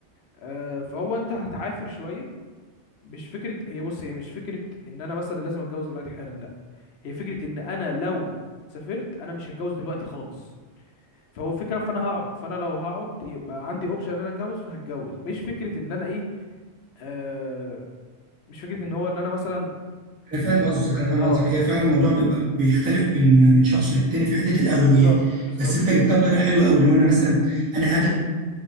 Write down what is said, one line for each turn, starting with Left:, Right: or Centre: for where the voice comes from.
Left: آه، فهو انت هتعافر شوية مش فكرة هي بص هي مش فكرة ان انا مثلا لازم اتجوز دلوقتي حالا لا هي فكرة ان انا لو سافرت انا مش هتجوز دلوقتي خالص فهو الفكره فانا هقعد فانا لو هقعد يبقى عندي اوبشن ان انا اتجوز فهتجوز مش فكره ان انا ايه آه مش فكره ان هو ان انا مثلا
Right: انا فاهم قصدك انا فاهم
Left: اه
Right: قصدك هي فعلا الموضوع بيبقى بيختلف من من شخص للتاني في حته الاولويات
Left: بالظبط بالظبط
Right: بس انت جبتها بطريقه حلوه قوي لو انا مثلا انا هدف